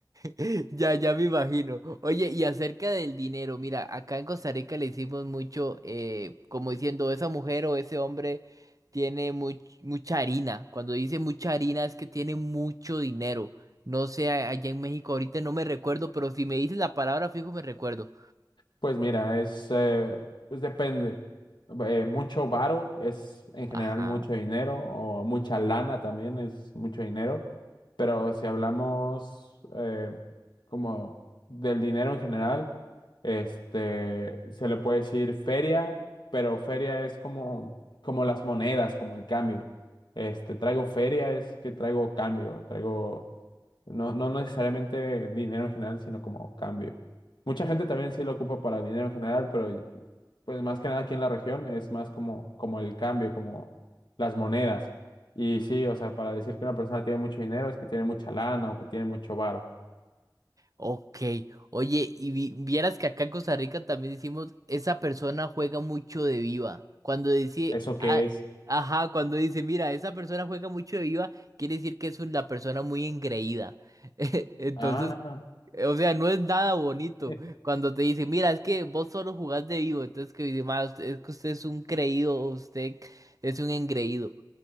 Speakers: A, on the right; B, on the left.
A: <laughs> ya, ya me imagino. Oye, y acerca del dinero, mira, acá en Costa Rica le hicimos mucho, eh, como diciendo, esa mujer o ese hombre tiene much- mucha harina. Cuando dice mucha harina es que tiene mucho dinero. No sé, a- allá en México ahorita no me recuerdo, pero si me dices la palabra fijo me recuerdo.
B: Pues mira, es, eh, pues depende. Eh, mucho varo es en general
A: Ajá.
B: mucho dinero, o mucha lana también es mucho dinero, pero si hablamos eh, como del dinero en general, este, se le puede decir feria, pero feria es como, como las monedas, como el cambio. Este, traigo feria es que traigo cambio, traigo no, no necesariamente dinero en general, sino como cambio. Mucha gente también sí lo ocupa para el dinero en general, pero pues más que nada aquí en la región es más como, como el cambio, como las monedas. Y sí, o sea, para decir que una persona tiene mucho dinero es que tiene mucha lana o que tiene mucho varo.
A: Ok. Oye, y vi- vieras que acá en Costa Rica también decimos, esa persona juega mucho de viva. Cuando dice,
B: ¿Eso qué
A: ah,
B: es?
A: ajá, cuando dice, mira, esa persona juega mucho de viva, quiere decir que es una persona muy engreída. <laughs> Entonces,
B: Ah,
A: o sea, no es nada bonito.
B: <laughs>
A: Cuando te dicen, mira, es que vos solo jugás de vivo. Entonces, que dice, "Ma, usted- es que usted es un creído, usted es un engreído.